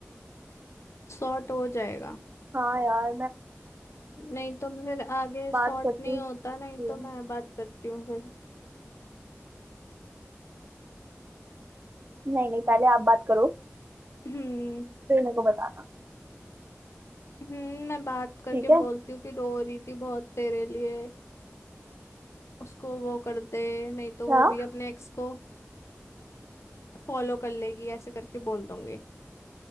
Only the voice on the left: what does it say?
सॉर्ट हो जाएगा
नहीं तो मैं फिर आगे
सॉर्ट
नहीं
होता
नहीं तो मैं बात करती हूँ फिर
हम्म
हम्म, मैं बात करके
बोलती
हूँ कि रो रही थी बहुत तेरे लिए उसको वो कर दे नहीं तो वो
भी अपने एक्स को फॉलो कर लेगी ऐसे करके बोल दूंगी